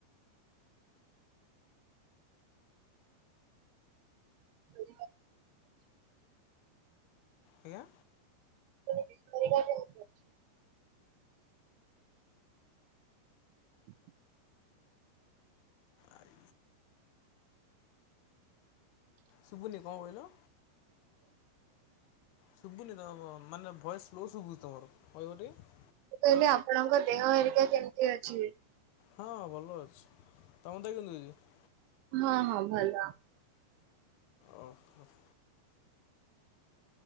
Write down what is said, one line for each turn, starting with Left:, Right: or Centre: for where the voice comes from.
Right: ମୁଁ
Left: ଆଜ୍ଞା।
Right: ସୁଇଜ୍ ଖୋଲାଯାଇ। <unintelligible>
Left: ଆଇ। ସୁବୁନି କଣ କହିଲ? ଶୁଭୁନି ତ ମାନେ ଭଏସେ୍ ସ୍ଲୋ ଶୁଭୁଛି ତମର କହିବ ଟିକେ।
Right: ମୁଁ କହିଲି ଆପଣଙ୍କ ଦେହ ହେରିକା କେମିତି ଅଛି?
Left: ହଁଁ ଭଲ ଅଛି ତମ ଦେହ କେମିତି ଅଛି?
Right: ହଁ ହଁ ଭଲ।
Left: ଓ ହୋ।